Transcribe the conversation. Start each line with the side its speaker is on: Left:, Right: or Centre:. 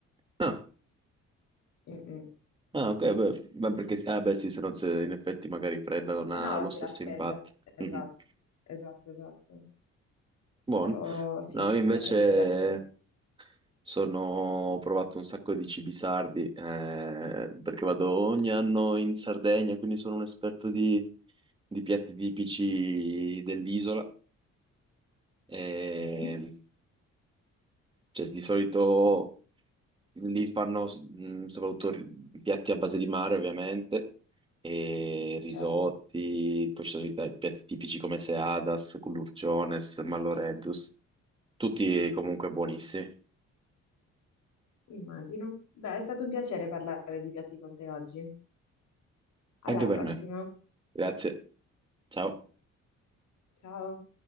Right: Ah,
Left: Mm, mm,
Right: ah, ok, beh,
Left: sì,
Right: beh, perché,
Left: no?
Right: ah, beh, sì, se no se in effetti magari fredda non
Left: Se
Right: ha
Left: no
Right: lo
Left: si
Right: stesso
Left: raffredda.
Right: impatto. <laughs>
Left: Esatto,
Right: Mhm.
Left: esatto, esatto.
Right: Buono.
Left: Però sì,
Right: No,
Left: è sicuramente
Right: io invece
Left: da provare.
Right: Sono, ho provato un sacco di cibi sardi, eh, perché vado ogni anno in Sardegna, quindi sono un esperto di, di piatti tipici dell'isola. E,
Left: Mm,
Right: cioè, di solito lì fanno mh, soprattutto ri- piatti a base di mare, ovviamente, e risotti,
Left: certo,
Right: poi ci sono i ta- piatti tipici come seadas, culurciones, malloreddus, tutti comunque buonissimi,
Left: immagino. Beh, è stato un piacere parlare di piatti con te oggi.
Right: anche
Left: Alla
Right: per
Left: prossima.
Right: me. Grazie, ciao.
Left: Ciao.